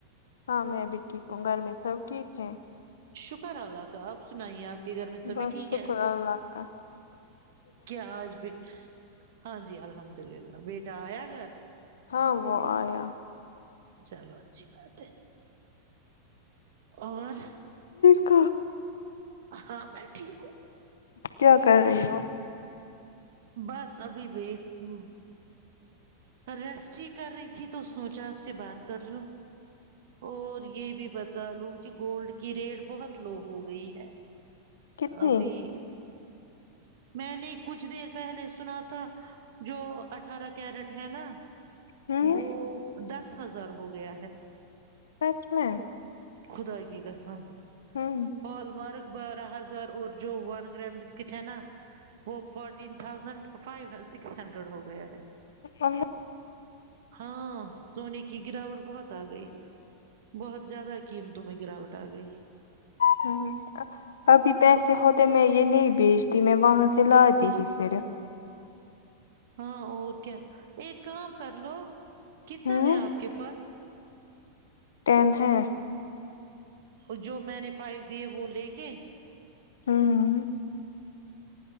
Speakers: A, on the left; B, on the right.
A: ہاں میں ٹھیک گھر میں سب ٹھیک ہے
B: شکر اللہ کا آپ سنائیے آپ کے گھر میں سبھی
A: بس
B: ٹھیک
A: شکر
B: ہے
A: اللہ کاا
B: کیا آج بھی ہاں جی الحمد للہ بیٹا آیا گھر
A: ہاں وہہ آیا
B: چلو اچھی بات ہے اور
A: ک
B: ہاں میں ٹھیک ہوں
A: کیا کر رہی ہو
B: بس ابھی بھیٹ ہ ریسٹ ہی کر رہی تھی تو سوچا آپ سے بات کر لو اور یہ بھی بت تلوم کہ گولڈ کی ریٹ بہت لو ہو گئی ہے
A: کتنی
B: ابھی میں نے کچھ دیر پہلے سنا تھا جو اٹھارہ کیرٹ ہے نا
A: ہوں
B: وہ دس ہزار ہو گیا ہے
A: سچ میں
B: خدائی کی قسم
A: ہوں
B: ہالمارک بارہ ہزار اور جو ون گرام بسکٹ ہے نا وہ fourteen thousand five six hundred ہو گیا ہے
A: ہ
B: ہاں سونے کی گراوٹ بہت آ گئی بہت زیادہ قیمتوں میں گراوٹ آ گئی
A: ہ ابھی پیسے ہوتے تو میں یہ نہیں بیچتی میں وہاں سے لاتی ہی صرف
B: ہاں اور کیا ایک کام کر لو کتنا
A: ہوں
B: ہے آپ کے پاس
A: ٹین ہے
B: اور جو میں نے فائیو دیے وہ لے کے
A: ہاں